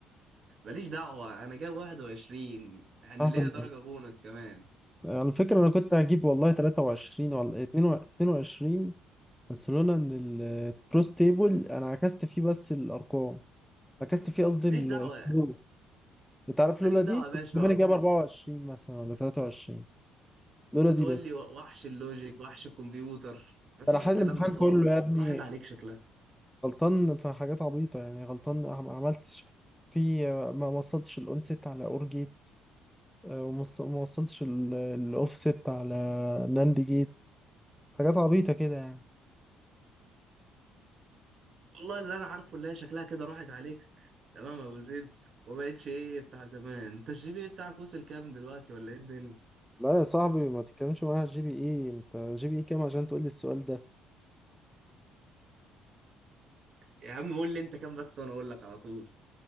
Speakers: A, on the right; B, in the centre.
A: ماليش دعوة أنا جايب 21 يعني
B: صاحبي
A: ليا
B: انت
A: درجة بونص كمان
B: على فكرة انا كنت هجيب والله 23 ولا 22 بس لولا ان الكروس تيبل انا عكست فيه بس الارقام عكست فيه قصدي
A: ماليش
B: الفروق
A: دعوة
B: انت عارف
A: ماليش
B: لولا
A: دعوة
B: دي
A: يا باشا
B: كنت زماني جايب 24 مثلا ولا 23 لولا
A: وتقول
B: دي بس
A: لي وحش اللوجيك وحش الكمبيوتر مفيش
B: انا حل
A: الكلام
B: الامتحان
A: ده خالص
B: كله يا ابني
A: راحت عليك شكلها
B: غلطان في حاجات عبيطة يعني غلطان أه- ما عملتش في آه، ما وصلتش الأون سيت على أور جيت آه، ومص- وما وص- ما وصلتش ال- الأوف سيت على ناند جيت حاجات عبيطة كده يعني
A: والله اللي أنا عارفه اللي هي شكلها كده راحت عليك تمام يا أبو زيد وما بقتش إيه بتاع زمان أنت الجي بي بتاعك وصل كام دلوقتي ولا إيه الدنيا
B: لا يا صاحبي ما تتكلمش معايا على الجي بي اي انت جي بي اي كام عشان تقول لي السؤال ده
A: يا عم قول لي أنت كام بس وأنا أقول لك على طول